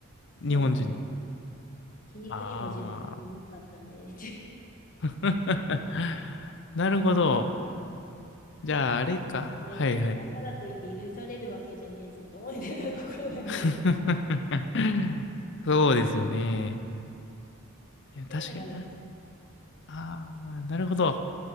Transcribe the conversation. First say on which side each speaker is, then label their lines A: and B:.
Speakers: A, on the left; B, on the left.
A: そうですね。
B: 日本人の。
A: 皮肉にも自分うまかったんで
B: ああ。<laughs> なるほど。じゃあ、
A: かといって、
B: あれか。はいはい。
A: だからといって許されるわけじゃねえぞと思いながら、心の中では。
B: <laughs>
A: っ
B: そうですよね。いや、確かにな。
A: ていうのがありまし
B: ああ、なるほど。